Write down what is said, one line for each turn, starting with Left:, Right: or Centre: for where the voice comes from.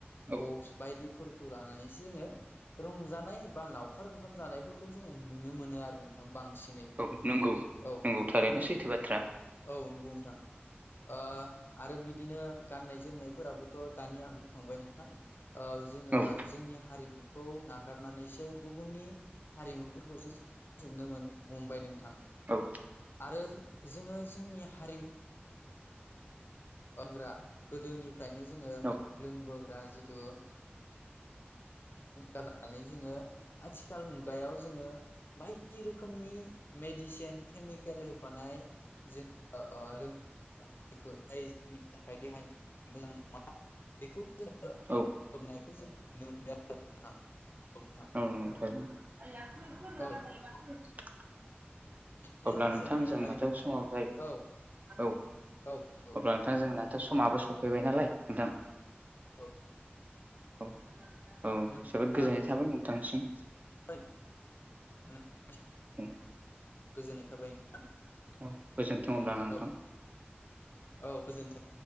Right: औ
Left: बक्स बायदि फोरखौ लानानैसो जोङो रंजानाय बा लावखार ओंखाम जानायफोरखौ जोङो नुनो मोनो आरो नोंथां बांसिनै
Right: औ नंगौ नंगौ
Left: औ नोंथां
Right: थारैनो सैथो बाथ्रा
Left: औ नंगौ नोंथां ओ आरो बिदिनो गाननाय जोमनायफोराबोथ' दानि आं बुंखांबाय नोंथां। जोङो
Right: औ
Left: जोंनि हारिमुखौ नागारनानैसो गुबुननि हारिमुफोरखौसो बुथुमनो हमबाय नोंथां।
Right: औ
Left: आरो जोङो जोंनि हारिमु ग्रा गोदोनिफ्रायनो जोङो
Right: औ
Left: लोंबोग्रा जिथु जानानै जोङो आथिखाल मुगायाव जोङो बायदि रोखोमनि मेडिसिन केमि खेल होफानाय जेखौ <unintelligible> जोंनि थाखाय देहानि मोजां नङा बेखौ जोङो
Right: औ
Left: होबनायखौ जों नुनो मोनदों नोंथां औ नोंथां
Right: औ नोंथां <unintelligible>
Left: औ नोंथां बिदिनो
Right: अब्ला नोंथांजों
Left: जोंनि हारिमुवा
Right: माथो समाव जाहैबाय
Left: औ
Right: औ
Left: नोंथां औ
Right: अब्ला नोंथां जोंनाथ' समाबो सफैबाय नालाय <unintelligible>
Left: औ
Right: औ
Left: नोंथांजों
Right: जोबोद गोजोननाय
Left: आं
Right: थाबाय नोंथांसिम।
Left: <unintelligible>
Right: ओ।
Left: गोजोननाय थाबाय नोंथां
Right: औ गोजोनथों अब्ला नोंथां।
Left: औ औ गोजोन्थों।